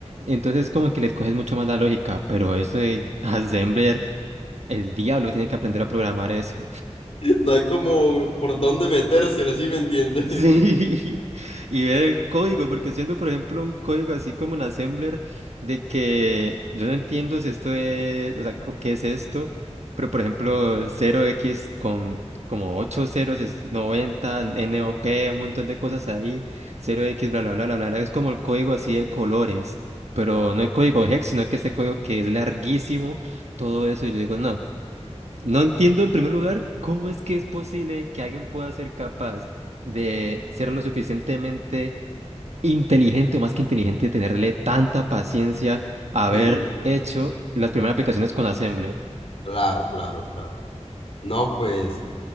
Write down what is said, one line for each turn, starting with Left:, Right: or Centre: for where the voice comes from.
Right: Entonces, como que le coges mucho más la lógica, pero eso de <laughs> assembler, el diablo tiene que aprender a programar eso.
Left: No hay como por dónde metérsela, ¿sí me entiende?
Right: Sí, <laughs> y ver el código, porque siendo, por ejemplo, un código así como en Assembler, de que yo no entiendo si esto es, o sea, co- qué es esto, pero por ejemplo, cero x con como 8 ceros es 90, NOP, un montón de cosas ahí, cero x bla, bla, bla, bla, bla, bla, es como el código así de colores, pero no el código hex, sino que ese código que es larguísimo, todo eso, y yo digo, no. No entiendo en primer lugar cómo es que es posible que alguien pueda ser capaz de ser lo suficientemente inteligente o más que inteligente, tenerle tanta paciencia a haber
Left: Sí,
Right: hecho las primeras aplicaciones con Assembler.
Left: claro, claro, claro. No, pues,